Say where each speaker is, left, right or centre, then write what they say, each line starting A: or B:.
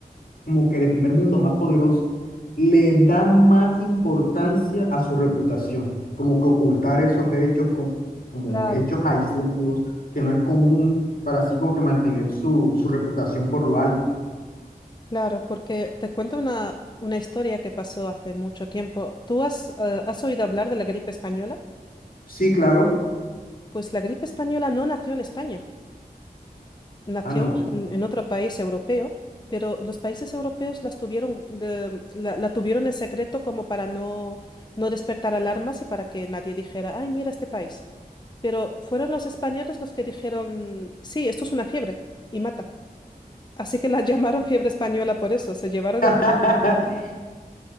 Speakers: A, on the left; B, on the left.
A: como que de primer mundo más poderosos le dan más importancia a su reputación, como que ocultar esos hechos como con
B: Claro.
A: hechos aislados, que no es común, para así como que mantener su, su reputación por lo alto.
B: Claro, porque te cuento una, una historia que pasó hace mucho tiempo. ¿Tú has, eh, has oído hablar de la gripe española?
A: Sí, claro.
B: Pues la gripe española no nació en España, nació
A: Ah, no.
B: en, en otro país europeo, pero los países europeos las tuvieron, de- la, la tuvieron en secreto como para no, no despertar alarmas y para que nadie dijera, ay, mira este país. Pero fueron los españoles los que dijeron, sí, esto es una fiebre y mata. Así que la <laughs> llamaron fiebre española por eso, se llevaron el
A: <laughs>